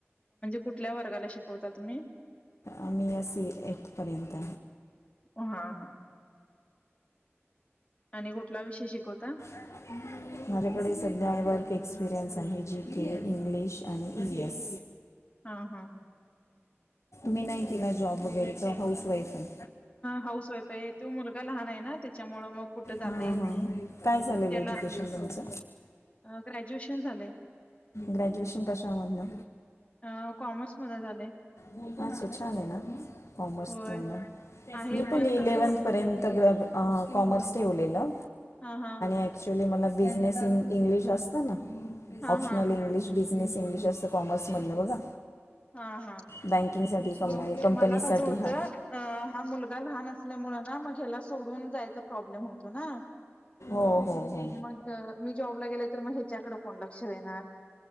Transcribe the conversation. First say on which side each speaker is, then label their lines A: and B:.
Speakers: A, on the left; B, on the left.
A: कुठल्या वर्गाला शिकवता तुम्ही?
B: आम्ही एसी एट पर्यंत.
A: हा हा आणि कुठला विषय शिकवता?
B: हम् <unintelligible> माझ्याकडे सध्या वर्क एक्सपिरियन्स आहे. जी, के, इंग्लिश आणि ई, वी एस.
A: हा हा.
B: मी नाही केला
A: बर
B: जॉब वगैरे? का हाऊस वाईफ आहे
A: हाऊस वाईफ आहे तो मुलगा लहान आहे ना त्याच्यामुळं मग कुठं जाता
B: हं
A: येत
B: हं.
A: नाही
B: काय झालेलं
A: त्याला
B: एज्युकेशन तुमज?
A: अ, ग्रॅज्युएशन झालंय.
B: ग्रॅज्युएशन कशा मधन?
A: अ, कॉमर्समध्ये झालंय.
B: कॉमर्स. अच्छा छान आहे ना.
A: होय.
B: मी
A: आहे
B: पण इलेव्हन्थ
A: कसं हो
B: पर्यंत कॉमर्स ठेवलेलं.
A: हा हा.
B: ॲक्च्युली आणि मला बिझनेस इंग्लिश असत ना.
A: हां,
B: ऑप्शनल
A: हां.
B: इंग्लिश बिझनेस इंग्लिश असतं कॉमर्स मधन बघा
A: हा हा.
B: बँकिंगसाठी कम
A: मग
B: कंपनीसाठी
A: मला कस होत.
B: हा
A: हा मुलगा लहान असल्यामुळे ना मग ह्याला सोडून जा प्रॉब्लेम होतो ना.
B: हो. हो. हो.
A: मग मी जॉबला गेले तर. मग ह्याच्याकडे कोण लक्ष देणार,